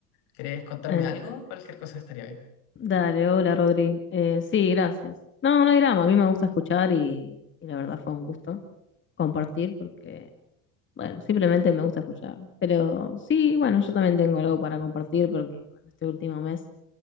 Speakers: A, on the left; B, on the left.
A: ¿Querés contarme
B: Eh,
A: algo? Cualquier cosa estaría bien.
B: dale, hola Rodri. Eh, sí, gracias. No, no hay drama, a mí me gusta escuchar y, y la verdad fue un gusto compartir porque, bueno, simplemente me gusta escuchar. Pero sí, bueno, yo también tengo algo para compartir porque bueno, este último mes